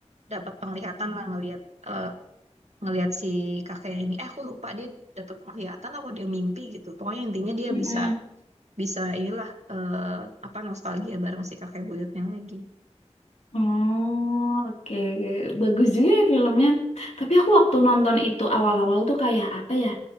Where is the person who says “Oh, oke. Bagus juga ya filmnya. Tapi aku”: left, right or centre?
Left